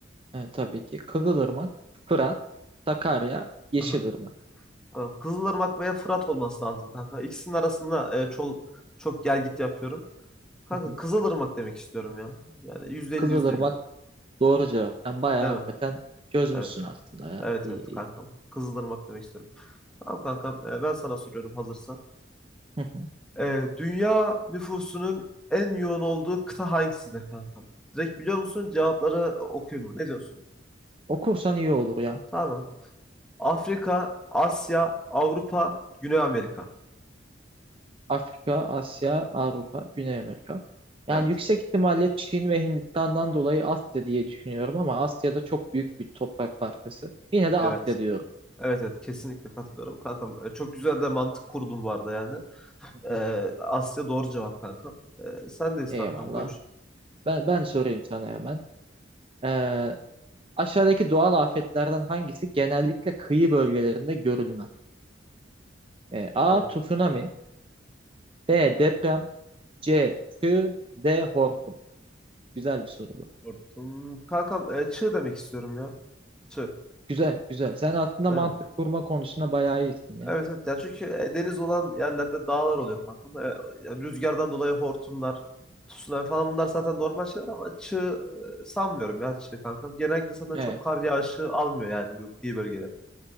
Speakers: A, on the right; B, in the centre.
A: e, tabii ki Kızılırmak Fırat Sakarya Yeşilırmak
B: Aha. Tamam. Kızılırmak veya Fırat olması lazım kanka. İkisinin arasında e, çok, çok gel git yapıyorum. Kanka
A: Hı hı.
B: Kızılırmak demek istiyorum ya. Yani %50
A: Kızılırmak
B: %50.
A: doğru cevap. Sen bayağı
B: Değil
A: hakikaten
B: mi?
A: çözmüşsün
B: Evet.
A: aslında ya.
B: Evet
A: İyi
B: evet
A: iyi.
B: kankam. Kızılırmak demek istiyorum. Tamam kankam e, ben sana soruyorum hazırsan.
A: Hı hı.
B: Ee, dünya nüfusunun en yoğun olduğu kıta hangisidir kankam? Direkt biliyor musun? Cevapları okuyayım mı? Ne diyorsun?
A: Okursan iyi olur ya.
B: Tamam. Afrika, Asya, Avrupa, Güney Amerika.
A: Afrika, Asya, Avrupa, Güney Amerika.
B: Evet.
A: Yani yüksek ihtimalle Çin ve Hindistan'dan dolayı Asya diye düşünüyorum ama Asya'da çok büyük bir toprak parçası. Yine de
B: Evet.
A: Asya diyorum.
B: Evet evet kesinlikle katılıyorum kankam. Ee, Çok güzel de mantık kurdun bu arada yani.
A: Hı
B: Ee,
A: hı.
B: Asya doğru cevap kankam. Ee, sendeyiz
A: Eyvallah.
B: kankam buyur.
A: Ben, ben sorayım sana hemen. Ee, aşağıdaki doğal afetlerden hangisi genellikle kıyı bölgelerinde görülmez? Ee, A.
B: Tamam.
A: Tsunami B. Deprem C. Çığ D. Hortum. Güzel bir soru bu.
B: Korktum. Kankam e, çığ demek istiyorum ya. Çığ.
A: Güzel, güzel. Sen aslında
B: Değil
A: mantık
B: mi?
A: kurma konusunda bayağı iyisin ya.
B: Evet evet ya çünkü e, deniz olan yerlerde dağlar oluyor kanka. E, ya rüzgardan dolayı hortumlar, tsunami falan bunlar zaten normal şeyler ama çığ e, sanmıyorum ya çığ kanka. Genellikle zaten
A: Evet,
B: çok kar yağışı almıyor yani bu kıyı bölgeleri.